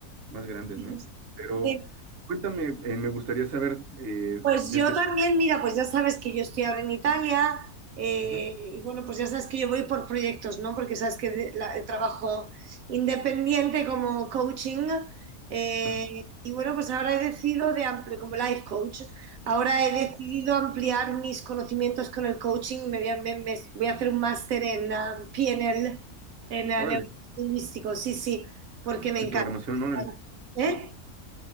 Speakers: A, on the right; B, on the right.
A: más grandes,
B: sí,
A: ¿no? Pero
B: sí.
A: cuéntame, eh, me gustaría saber eh,
B: Pues
A: de...
B: yo
A: de-
B: también, mira, pues ya sabes que yo estoy ahora en Italia eh,
A: Ujú.
B: y bueno, pues ya sabes que yo voy por proyectos, ¿no? Porque sabes que de- la- eh, trabajo independiente como coaching eh,
A: Ajá.
B: y bueno, pues ahora he decidido de ampliar, como life coach, ahora he decidido ampliar mis conocimientos con el coaching, me voy a, me- me- voy a hacer un máster en ah, PNL, en ah,
A: Órale.
B: neurolingüístico, sí, sí, porque me encanta.
A: y programación, ¿no? El-
B: ¿Eh?